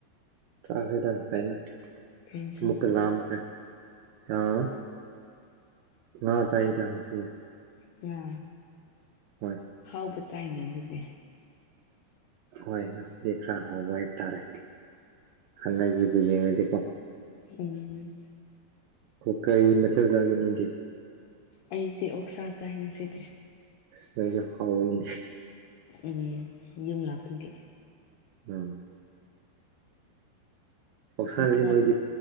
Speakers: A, on the right; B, on the left.
A: ꯆꯥꯈ꯭ꯔꯦꯗ ꯉꯁꯥꯏꯅ
B: ꯀꯩ ꯏꯟꯁꯥꯡ
A: ꯑꯃꯨꯛꯀꯥ ꯂꯥꯝꯈ꯭ꯔꯦ ꯑꯥ ꯉꯥ ꯆꯥꯏꯗ ꯉꯁꯤ
B: ꯉꯥ
A: ꯍꯣꯏ
B: ꯑꯆꯥꯄꯣꯠ ꯆꯥꯏꯅ ꯑꯗꯨꯗꯤ
A: ꯍꯣꯏ ꯉꯁꯤꯗꯤ ꯈꯔ ꯍꯥꯎꯕ ꯍꯥꯏꯕ ꯇꯥꯔꯦ ꯍꯥꯟꯅꯒꯤꯕꯨ ꯌꯦꯡꯉꯗꯤꯀꯣ
B: ꯎꯝ
A: ꯀꯩ ꯃꯊꯦꯜ ꯆꯥꯒꯦ ꯅꯣꯏꯗꯤ
B: ꯑꯩꯗꯤ ꯑꯣꯛ ꯁꯥꯥ ꯆꯥꯏ ꯉꯥꯁꯤꯗꯤ
A: ꯅꯪꯒꯤꯁꯨ ꯍꯥꯎꯕꯅꯤ
B: ꯎꯝ ꯌꯨꯝ ꯂꯥꯛꯄꯒꯤ
A: ꯑꯝ ꯑꯣꯛꯁꯥꯁꯤ
B: ꯑꯣꯛꯁꯥ
A: ꯅꯣꯏꯗꯤ